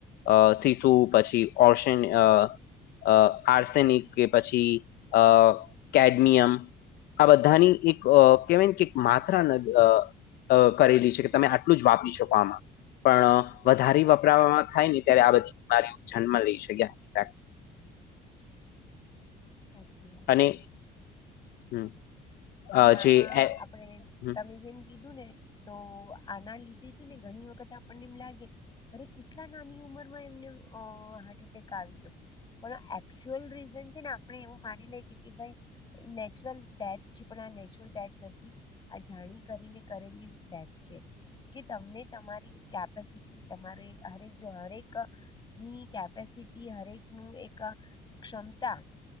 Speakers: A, on the left; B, on the left.
A: અ શીશુ પછી ઓર્શન અ અ આર્સેનિક કે પછી અ કેડમિયમ આ બધાની એક કેહેવાય કે એક માત્રાન અ અ કરેલી છે કે તમે આટલું જ વાપરી શકો આમાં પણ વધારે વપરાવામાં થાય ને ત્યારે આ બધી બીમારીઓ જન્મ લઈ. <unintelligible>
B: <inaudible> સાચચી વાત
A: અને
B: છે.
A: હમ.
B: અને
A: અ,
B: આમાં
A: જે એ-
B: આપણે
A: હમ
B: તમે જેમ કીધું ને તો આના લીધે છે ને ઘણી વખત આપણને એમ લાગે અરે કેટલા નાની ઉંમરમાં એમને હાર્ટ એટેક આવ્યો પણ એકચુઅલ રીઝન છે ને આપણે એવું માની લે ભાઈ નેચરલ ડેથ આ નેચરલ ડેથ નથી આ જાણી કરીને કરેલી ડેથ છે. કે તમને તમારી કેપેસિટી તમારે હરેક જો હરેક ની કેપેસિટી હરેક નું એક ક્ષમતા